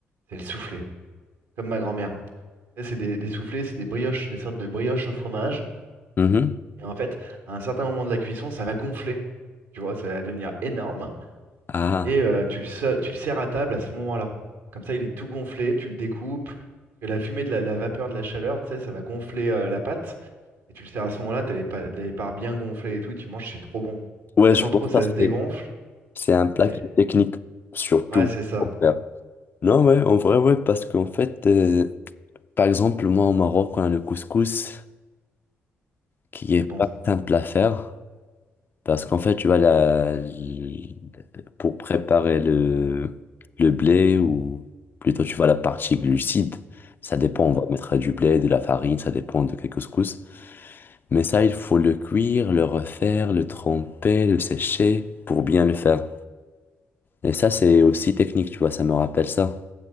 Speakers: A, on the right; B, on the left.
A: C'est le soufflé, comme ma grand-mère. Tu sais, C'est des, des soufflés, c'est des brioches, des sortes de brioches au fromage.
B: Mhm.
A: Et en fait, à un certain moment de la cuisson, ça va gonfler. Tu vois, ça va devenir énorme.
B: Ah.
A: et euh, tu le, se- tu le sers à table à ce moment-là. Comme ça, il est tout gonflé, tu le découpes. Et la fumée de la, la vapeur de la chaleur, tu sais, ça va gonfler euh, la pâte. Et tu le sers à ce moment-là, t'as les, pa- les parts bien gonflées et tout, et tu manges, c'est trop bon. Si
B: Ouais,
A: t'attends
B: je pense
A: trop,
B: que
A: ça
B: ça,
A: se dégonfle.
B: c'est c'est un plat
A: Et...
B: qui est technique, surtout
A: Ouais, c'est ça.
B: pour faire. Non, ouais, en vrai, ouais, parce qu'en fait, euh, par exemple, moi au Maroc, on a le couscous qui est
A: C'est
B: pas
A: bon ça.
B: simple à faire. Parce qu'en fait, tu vois, la, l- pour préparer le, le blé, ou plutôt, tu vois, la partie glucide, ça dépend,
A: Mm.
B: on va mettre du blé, de la farine, ça dépend de quel couscous. Mais ça, il faut le cuire, le refaire, le tremper, le sécher pour bien le faire. Et ça, c'est aussi technique, tu vois, ça me rappelle ça.